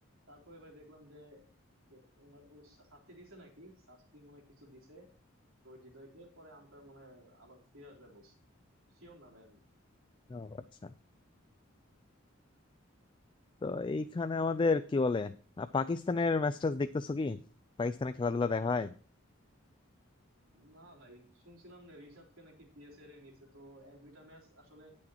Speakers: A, on the right (about 85°); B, on the left (about 25°).
A: তারপরে ভাই দেখলাম যে যে ওনার ও শা- শাস্তি দিছে নাকি শাস্তি মনে হয় কিছু দিছে তো ওই হৃদয়কে পরে আম্পায়ার মনে হয় আবার ফিরে আসবে বলছে শিওর না ভাই আমি
B: ও আচ্ছা তো এইখানে আমাদের কি বলে আর পাকিস্তানের ম্যাচটা দেখতেছো কি পাকিস্তানের খেলাধুলা দেখা হয়
A: না ভাই শুনছিলাম যে রিশাদকে নাকি পিএসএল এ নিছে তো এক দুইটা ম্যাচ আসলে